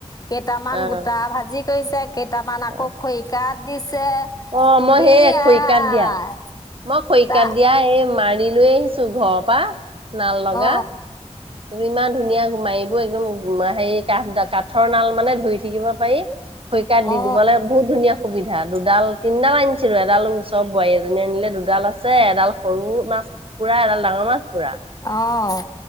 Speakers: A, on the left; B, on the right.
A: কেইটামান
B: অ
A: গোটা ভাজি কৰিছে কেইটামান আকৌ
B: অ
A: খৰি কাট দিছে।
B: অ', মই সেই
A: ই আই
B: খৰিকাত দিয়া। মই খৰিকাত
A: তা
B: দিয়া এই মাৰি লৈ আহিছো ঘৰৰ পৰা নাল
A: অ
B: লগা। ইমান ধুনীয়া মাৰিব একদম হে কাঠ দাক কাঠৰ নাল মানে ধুই থাকিব পাৰি খৰিকাত দি
A: অ
B: দিবলৈ বহুত ধুনীয়া সুবিধা দুডাল তিনিডাল আনিছিলো এডাল ওচৰৰ বোৱাৰী এজনী আনিলে দুডাল আছে এডাল সৰু মাছ পুৰা এডাল ডাঙৰ মাছ পুৰা।
A: অ',